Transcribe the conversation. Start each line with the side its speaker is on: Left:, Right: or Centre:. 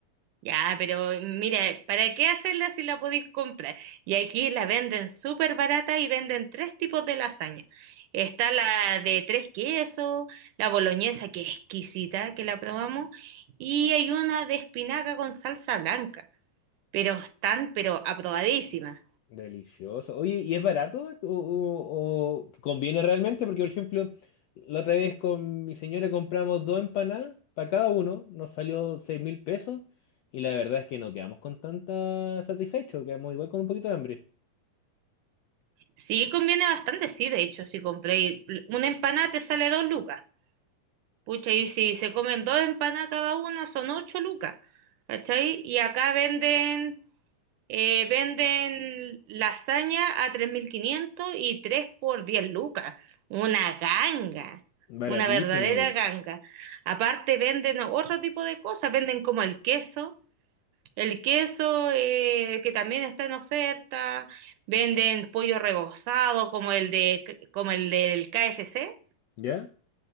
Right: Ya, pero mira, ¿para qué hacerla si la podéis comprar? Y aquí la venden súper barata y venden tres tipos de lasaña. Está la de tres quesos, la boloñesa que es exquisita, que la probamos, y hay una de espinaca con salsa blanca, pero están, pero aprobadísimas.
Left: Delicioso. Oye, ¿y es barato o, o- o conviene realmente? Porque, por ejemplo, la otra vez con mi señora compramos dos empanadas para cada uno, nos salió seis mil pesos y la verdad es que no quedamos con tanta satisfecho, quedamos igual con un poquito de hambre.
Right: Sí, conviene bastante, sí, de hecho, si compréis una empanada te sale dos lucas. Pucha, y si se comen dos empanadas cada una son ocho lucas, ¿cachai? Y acá venden... Eh, venden lasaña a 3.500 y 3 por 10 lucas. Una ganga,
Left: Baratísimo,
Right: una verdadera ganga. Aparte venden otro tipo de cosas, venden como el queso, el queso eh, que también está en oferta, venden pollo rebozado como el de, como el del KFC
Left: ¿ya?